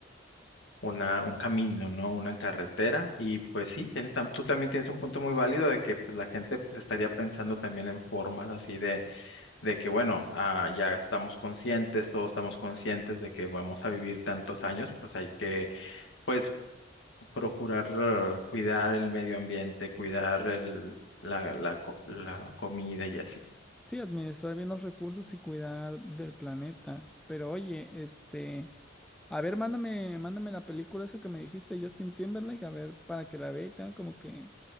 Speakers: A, on the left; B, in the centre.
A: una, un camino, ¿no? Una carretera. Y pues sí, tienes, tam- tú también tienes un punto muy válido de que pues, la gente pues, estaría pensando también en formas así de, de que, bueno, ah, ya estamos conscientes, todos estamos conscientes de que vamos a vivir tantos años, pues hay que, pues, procurar eh, cuidar el medio ambiente, cuidar el, la, la, co- la comida y así.
B: sí, administrar bien los recursos y cuidar del planeta. Pero oye, este, a ver, mándame, mándame la película esa que me dijiste, Justin Timberlake, a ver, para que la vea y tenga como que